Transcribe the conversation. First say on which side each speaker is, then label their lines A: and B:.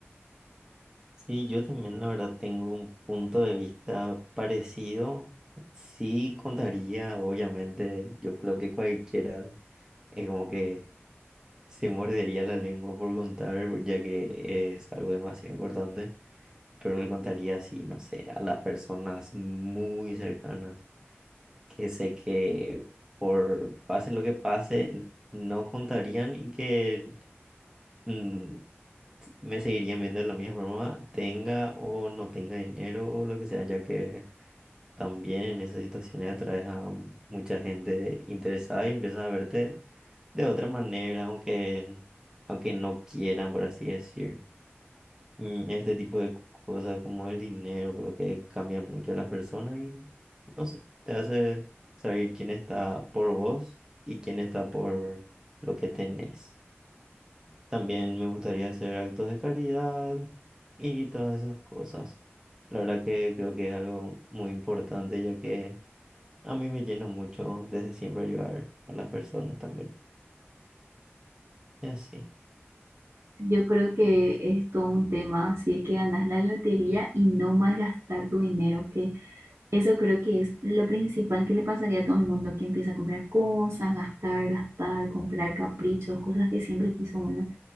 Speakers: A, on the right; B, on the right.
A: Sí, yo también la verdad tengo un punto de vista parecido. Sí contaría, obviamente, yo creo que cualquiera es como que se mordería la lengua por contar, ya que es algo demasiado importante, pero le contaría así, no sé, a las personas muy cercanas, que sé que por pase lo que pase, no contarían y que... mm, me seguirían viendo de la misma forma, tenga o no tenga dinero o lo que sea, ya que también en esas situaciones atraes a mucha gente interesada y empiezan a verte de otra manera, aunque, aunque no quieran, por así decir. Mm, Este tipo de cosas como el dinero, creo que cambia mucho a las personas y no sé, te hace saber quién está por vos y quién está por lo que tenés. También me gustaría hacer actos de caridad y todas esas cosas. La verdad que creo que es algo muy importante ya que a mí me llena mucho desde siempre ayudar a las personas también. Y así.
B: Yo creo que es todo un tema, si es que ganas la lotería y no malgastar tu dinero, que Eso creo que es lo principal que le pasaría a todo el mundo que empieza a comprar cosas, gastar, gastar, comprar caprichos, cosas que siempre quiso uno.